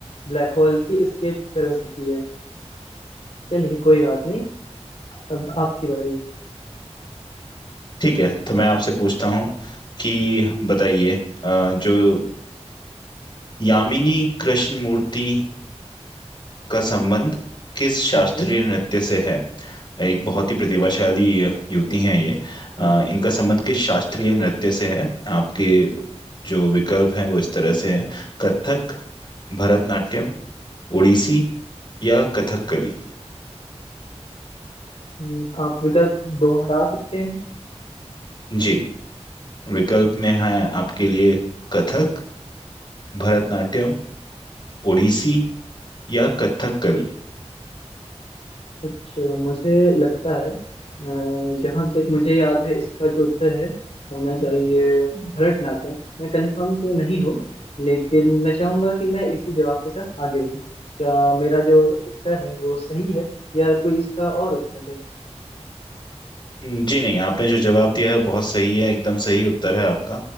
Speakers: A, on the left (about 70°); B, on the left (about 45°).
A: ब्लैक होल की एस्केप वेलोसिटी है चलिए कोई बात नहीं अब आपकी बारी
B: ठीक है तो मैं आपसे पूछता हूँ कि बताइए अ, जो यामिनी कृष्ण मूर्ति का संबंध किस शास्त्रीय
A: हम्म
B: नृत्य से है एक बहुत ही प्रतिभाशाली युवती हैं ये अ, इनका संबंध किस शास्त्रीय नृत्य से है आपके जो विकल्प हैं वो इस तरह से हैं कथक भरतनाट्यम ओडिसी या कथकली
A: हम्म, आप विकल्प दोहरा सकते हैं
B: जी विकल्प में है आपके लिए कथक भरतनाट्यम ओडिसी या कथकली
A: अच्छा मुझे लगता है अ, जहाँ तक मुझे याद है इसका जो उत्तर है होना चाहिए भरतनाट्यम मैं कंफर्म तो नहीं हूँ लेकिन मैं चाहूंगा कि मैं इसी जवाब के साथ आगे बढ़ूँ क्या मेरा जो उत्तर है वो सही है या कोई इसका और उत्तर है
B: हम्म, जी नहीं आपने जो जवाब दिया है बहुत सही है एकदम सही उत्तर है आपका